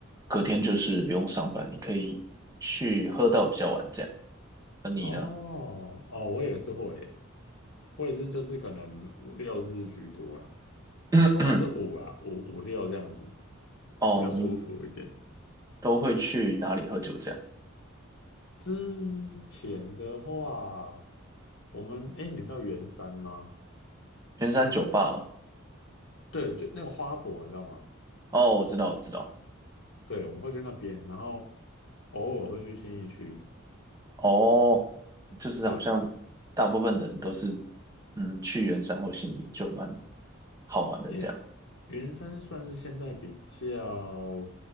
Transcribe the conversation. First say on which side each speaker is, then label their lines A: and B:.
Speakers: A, on the right; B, on the left.
A: 隔天就是不用上班，你可以去喝到比较晚这样。而你呢？
B: 哦，哦，我也是会耶我也是，就是可能五六日居多啦，
A: <clears throat>
B: 通常是五啊，五五六这样子
A: 哦，
B: 比较舒服一点。
A: 你们都会去哪里喝酒这样？
B: 之前的话，我们哎，诶你知道圆山吗？
A: 圆山酒吧嘛。
B: 对，就那个花博，你知道吗？
A: 哦，我知道，我知道。
B: 对，我们会去那边，然后偶尔会去信义区。
A: 哦，就是好像大部分的人都是，
B: 对，
A: 嗯，去圆山或信义就蛮好玩的这样。
B: 因为云山算是现在比较